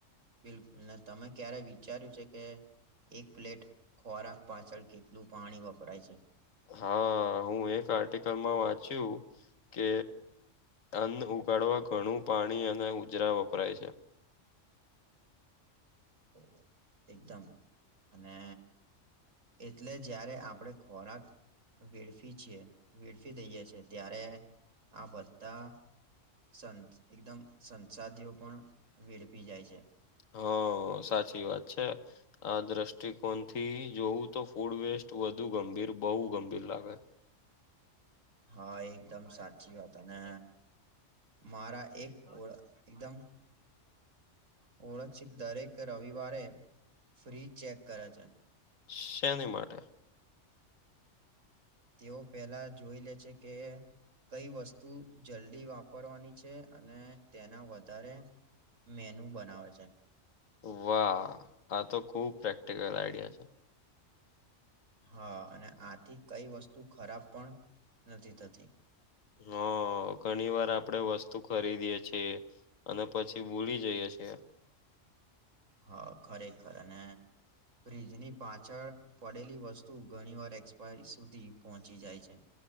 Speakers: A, on the right; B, on the left.
A: બિલકુલ. ને તમે ક્યારે વિચાર્યું છે કે એક પ્લેટ ખોરાક પાછળ કેટલું પાણી વપરાય છે?
B: હા હું એક આર્ટિકલમાં વાંચ્યું કે અન્ન ઉગાડવા ઘણું પાણી અને ઉજરા વપરાય છે.
A: હોવ એકદમ. અને એટલે જયારે આપણે ખોરાક વેડફી છીએ, વેડફી દઈએ છે. ત્યારે આ બધાં સં એકદમ સંસાધીઓ પણ વેડફી જાય છે.
B: હહ સાચી વાત છે. અ દ્રષ્ટિકોણથી જોવું તો ફૂડ વેસ્ટ વધુ ગંભીર, બહુ ગંભીર લાગે.
A: હા એકદમ સાચી વાત અને મારા એક ઓળ એકદમ ઓળખિત દરેક રવિવારે ફ્રી ચેક કરે છે.
B: શેની માટે?
A: તેઓ પેલા જોઈ લે છે કે કઈ વસ્તુ જલ્દી વાપરવાની છે અને તેના વધારે મેનુ બનાવે છે.
B: વાહ આ તો ખુબ પ્રેક્ટિકલ આઈડિયા છે.
A: હા અને આથી કઈ વસ્તુ ખરાબ પણ નથી થતી.
B: હા ઘણી વાર આપણેે વસ્તુ ખરીદીએ છીએ અને પછી બૂલી જઈ છીએ.
A: હા ખરેખર અને ફ્રિજની પાછળ પડેલી વસ્તુ ઘણી વાર એક્સપાયરી સુધી પહોંચી જાય છે.